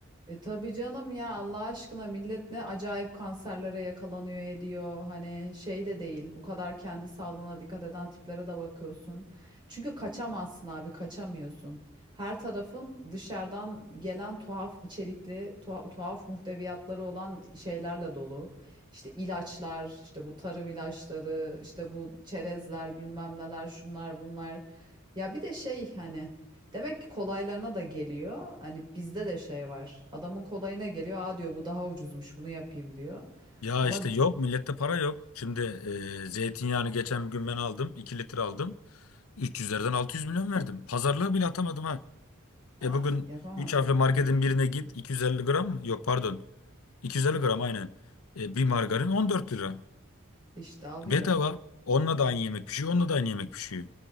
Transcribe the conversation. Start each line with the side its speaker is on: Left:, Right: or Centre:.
Right: E tabii canım ya Allah aşkına millet ne acayip kanserlere yakalanıyor ediyor. Hani şey de değil bu kadar kendi sağlığına dikkat eden tiplere de bakıyorsun. Çünkü kaçamazsın abi kaçamıyorsun. Her tarafın dışarıdan gelen tuhaf içerikli tuha- tuhaf muhteviyatları olan şeylerle dolu. İşte ilaçlar işte bu tarım ilaçları işte bu çerezler bilmem neler şunlar bunlar. Ya bir de şey hani Demek ki kolaylarına da geliyor. Hani bizde de şey var. Adamın kolayına geliyor. Aa diyor bu daha ucuzmuş bunu yapayım diyor.
Left: Ya
Right: Ama
Left: işte yok millette para yok. Şimdi e, zeytinyağını geçen gün ben aldım. 2 litre aldım. 300'lerden 600 milyon verdim. Pazarlığı bile atamadım ha.
Right: aa,
Left: E bugün
Right: yapamazsın.
Left: 3 harfli marketin birine git 250 gram mı? Yok pardon. 250 gram aynen. E, bir margarin 14 lira.
Right: İşte alıyor.
Left: Bedava. Onunla da aynı yemek pişiyor, onunla da aynı yemek pişiyor.